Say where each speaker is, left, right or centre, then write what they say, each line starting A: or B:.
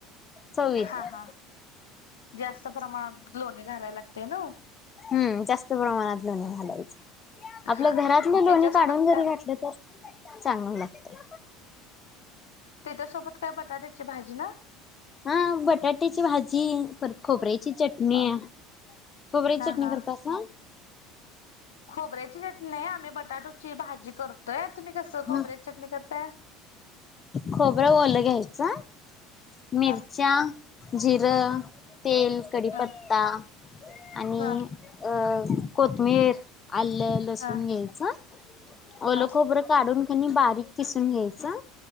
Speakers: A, on the left (about 30°); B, on the left (about 75°).
A: चव येत्या.
B: हा हा जास्त प्रमाणात लोणी घालायला लागतेय ना व
A: हम्म, जास्त प्रमाणात लोणी घालायचं. आपलं
B: हा हा
A: घरातलं
B: त्याच्यासोबत
A: लोणी काढून जरी
B: काय
A: घातलं तर चांगलं लागतंय.
B: त्येच्यासोबत काय बटाट्याची भाजी ना?
A: हा बटाट्याची भाजी, परत खोबऱ्याची चट म्या...
B: हा
A: खोबऱ्याची
B: हा
A: चटणी
B: हा
A: करतासा?
B: खोबऱ्याची चटणी नय, आमी बटाटूची भाजी करतोय... तुमी कसं खोबऱ्याची
A: ह
B: चटणी करताय?
A: खोबरं ओलं घ्यायचं... मिरच्या
B: हा
A: जिरं, तेल, कडिपत्ता...
B: हा
A: आणि
B: हा
A: अं... कोथमिर.. आलं, लसून
B: हा
A: घ्यायचं... ओलं
B: हा
A: खोबरं काढून कनी, बारीक किसून घ्यायचं